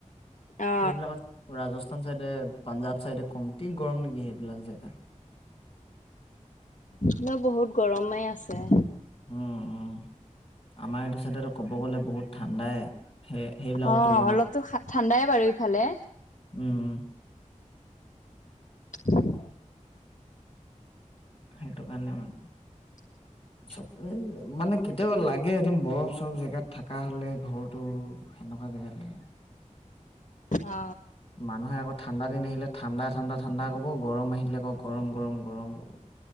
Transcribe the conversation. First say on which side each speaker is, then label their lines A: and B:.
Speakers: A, on the left; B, on the left.
A: অ
B: সেইবিলাকত ৰাজস্থান চাইডে পাঞ্জাব চাইডে কমতি গৰম নেকি সেইবিলাক জেগা
A: উম বহুত গৰমে আছে।
B: অ' অ' আমাৰ এইটো চাইদটো ক'ব গ'লে বহুত ঠাণ্ডাই সেই সেইবিলাকৰ
A: অ
B: তুলনাত
A: অলপতো ঠাণ্ডাই বাৰু ইফালে
B: উম উম
A: উ <inaudible>
B: সেইটো কাৰণে মানে
A: <unintelligible>
B: চবে মানে কেতিয়াবা লাগে একদম বৰফ চৰফ জেগাত থকা হ'লে ঘৰটো সেনেকুৱা আজি কালি <inaudible>
A: অ
B: মানুহে আকৌ ঠাণ্ডা দিন আহিলে। ঠাণ্ডা, ঠাণ্ডা, ঠাণ্ডা ক'ব গৰম আহিলে আকৌ গৰম গৰম গৰম কৰ।